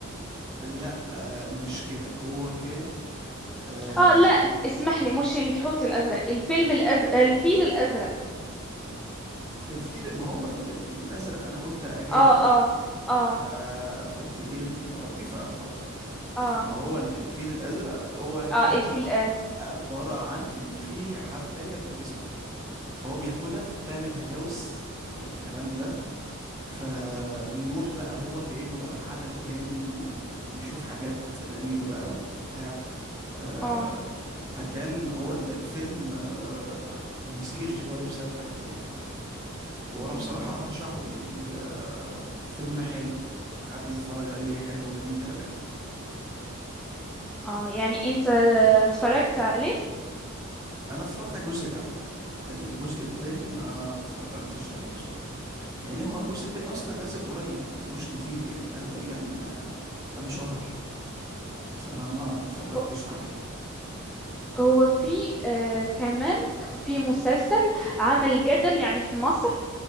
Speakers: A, on the right (about 15°); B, in the centre.
A: لا آه مش كده هو كان آه
B: اه لا اسمح لي مش الحوت الازرق الفيلم الازرق الفيل الازرق
A: الفيل ما هو الفيل الأزرق أنا قلت أجاري
B: اه
A: يعني
B: اه اه
A: فقلت إيه أنت قربتي فخلاص
B: اه
A: ما هو الفيل الأزرق هو كان
B: اه الفيل الازرق
A: عبارة عن إن في حباية بالاسم ده فهو بياخدها فبتعمل هلاوس والكلام ده فبيروح بقى هو كأنه بقى في عالم تاني و- وبيشوف حاجات غريبة بقى وبتاع آه،
B: اه
A: فكان هو ال- الفيلم آه، مثير شوية بسبب الحاجات ديت يعني هو أنا بصراحة
B: اه
A: أرشحه يعني آه، فيلم حلو حد يتفرج عليه حلو جميل أوي يعني
B: آه، يعني انت آه، اتفرجت عليه
A: أنا اتفرجت على الجزء الأول الجزء التاني ما اتفرجتش عليه بصراحة يعني هو الجزء التاني اصلا نازل قريب ما بقالوش كتير يعني بقاله تقريبا آه، كام شهر فانا ما اتفرجتش
B: هو
A: عليه
B: هو في آه كمان في مسلسل عمل جدل يعني في مصر